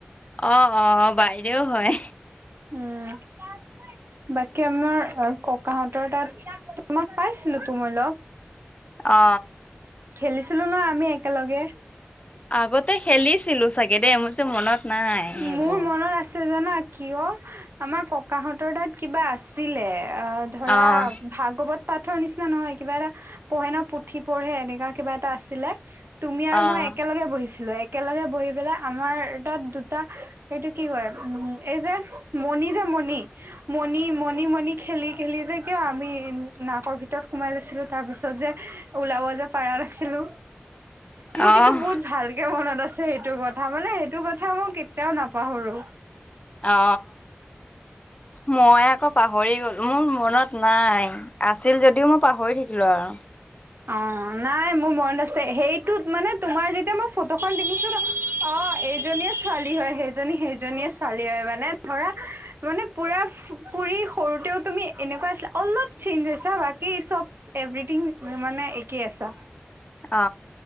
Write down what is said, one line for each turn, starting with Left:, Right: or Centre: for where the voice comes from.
Left: অ অ বাইদেও হয়।
Right: উম। বাকী আমাৰ ককাহঁতৰ তাত তোমাক পাইছিলো তো মই লগ।
Left: অ।
Right: খেলিছিলো ন আমি একেলগে।
Left: আগতে খেলিছিলো চাগে দেই মোৰ যে মনত। নাই সেইবোৰ
Right: মোৰ মনত আছে জানা। কিয় আমাৰ ককাহঁতৰ তাত কিবা আছিলে অ ধৰা।
Left: অ',
Right: ভাগৱত পাঠৰ নিচিনা নহয় কিবা এটা পোহে ন পুথি পঢ়ে এনেকুৱা কিবা এটা আছিলে। তুমি
Left: অ',
Right: আৰু মই একেলগে বহিছিলো একেলগে বহি পেলাই আমাৰ তাত দু। টা এইটো কি কয় উ এই যে মণি যে মণি মণি মণি মণি। খেলি খেলি যে কিয় আমি নাকৰ ভিতৰত সোমাই লৈছিলোঁ তাৰপিছত যে ওলাব যে। পাৰা নাছিলো
Left: অ',
Right: মোৰ কিন্তু বহুত ভাল। কে মনত আছে সেইটো কথা মানে সেইটো কথা মই কেতিয়াও নাপাহৰো।
Left: অ মই আকৌ পাহৰি গলো মোৰ মনত নাই। আছিল যদিও মই পাহৰি থাকিলো আৰু।
Right: অ নাই মোৰ মন আছে সেইটো মানে তোমাৰ যেতিয়া মই ফটোখন দেখিছো ন অ এই। সেইজনীয়ে ছোৱালী হয় সেইজনী সেইজনীয়ে ছোৱালী হয় মানে ধৰা। মানে পুৰা পুৰি সৰুতেও তুমি এনেকুৱা আছিলা অলপ চেঞ্জছা বাকী চব। এভ্ৰথিং মানে একেই আছা।
Left: অ।